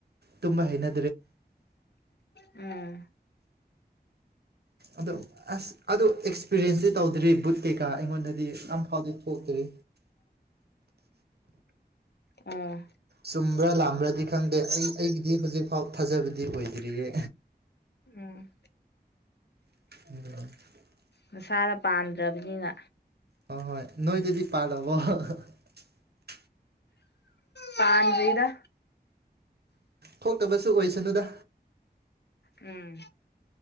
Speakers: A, on the right; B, on the left.
A: ꯇꯨꯝꯕ ꯍꯩꯅ
B: ꯎꯝ
A: ꯑꯗꯣ ꯑꯁ ꯑꯗꯨ ꯑꯦꯛꯁꯄꯤꯔꯤꯌꯦꯟꯁꯇꯤ ꯇꯧꯗ꯭ꯔꯤ ꯕꯨꯠ ꯀꯩꯀꯥ ꯑꯩꯉꯣꯟꯗꯗꯤ ꯑꯝꯐꯥꯎꯗꯤ ꯊꯣꯛꯇ꯭ꯔꯤ
B: ꯑꯥ
A: ꯆꯨꯝꯕ꯭ꯔꯥ ꯂꯥꯝꯕ꯭ꯔꯥꯗꯤ ꯈꯪꯗꯦ ꯑꯩ ꯑꯩꯒꯤꯗꯤ ꯍꯧꯖꯤꯛꯐꯥꯎ ꯊꯥꯖꯕꯗꯤ ꯑꯣꯏꯗ꯭ꯔꯤꯌꯦ
B: ꯎꯝ
A: <unintelligible>
B: ꯃꯁꯥꯅ ꯄꯥꯝꯗ꯭ꯔꯕꯅꯤꯅ
A: ꯍꯣ ꯍꯣꯏ ꯅꯣꯏꯗꯗꯤ ꯄꯥꯜꯂꯕꯣ <unintelligible>
B: ꯄꯥꯟꯗ꯭ꯔꯤꯗ
A: ꯊꯣꯛꯇꯕꯁꯨ ꯑꯣꯏꯁꯅꯨꯗ
B: ꯎꯝ